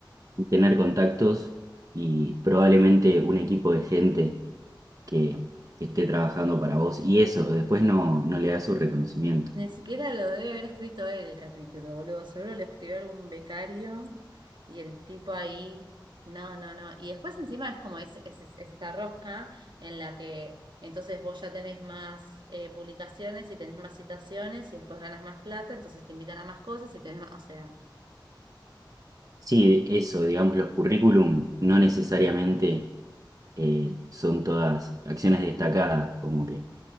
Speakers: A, on the right; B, on the right.
A: tener contactos y probablemente un equipo de gente que esté trabajando para vos y eso, después no, no le da su reconocimiento.
B: Ni siquiera lo debe haber escrito él el capítulo, boludo. Seguro lo escribió algún becario y el tipo ahí. No, no, no. Y después encima es como es, es, es esta rosca en la que entonces vos ya tenés más eh, publicaciones y tenés más citaciones y después ganas más plata, entonces te invitan a más cosas y tenés más, o sea,
A: Sí, eso, digamos, los currículum no necesariamente eh, son todas acciones destacadas, como que